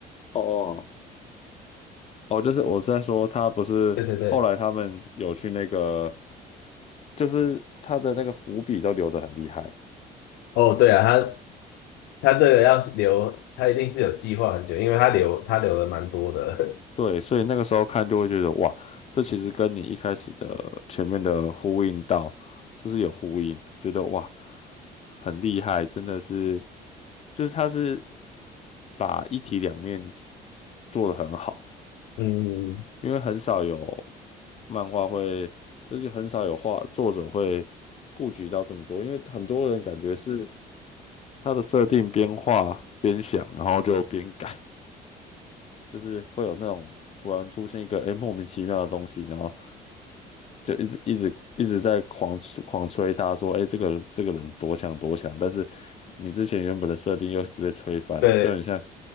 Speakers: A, on the left; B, on the left.
A: 哦哦，哦，就是我是在说，他不是后来他们有去那个，
B: 对对对，
A: 就是他的那个伏笔都留得很厉害。
B: 哦对啊，他他这个要是留，他一定是有计划很久，因为他留他留了蛮多的。
A: 对，所以那个时候看就会觉得哇，这其实跟你一开始的前面的呼应到，就是有呼应，觉得哇，很厉害，真的是，就是他是把一体两面做的很好，
B: <laughs> 嗯，
A: 因为很少有漫画会，就是很少有画作者会顾及到这么多，因为很多人感觉是他的设定边画边想，然后就边改。就是会有那种突然出现一个哎、诶莫名其妙的东西，然后就一直一直一直在狂吹狂吹他说，哎、这个这个人多强多强，但是你之前原本的设定又一直被吹翻了，
B: 对。
A: 就很像，